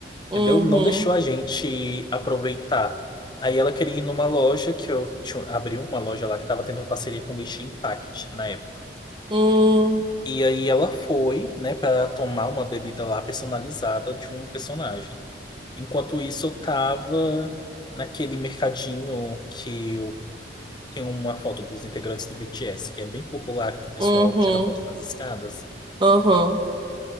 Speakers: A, on the left; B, on the right.
A: entendeu?
B: Uhum.
A: Não deixou a gente aproveitar. Aí ela queria ir numa loja que eu tinha, abri uma loja lá que tava tendo parceria com o Genshin Impact na época.
B: hum
A: E aí ela foi, né, para tomar uma bebida lá personalizada de um personagem. Enquanto isso, eu tava naquele mercadinho que eu tenho uma foto dos integrantes do BTS, que é bem popular, que o pessoal
B: Uhum.
A: tira foto nas escadas.
B: Uhum.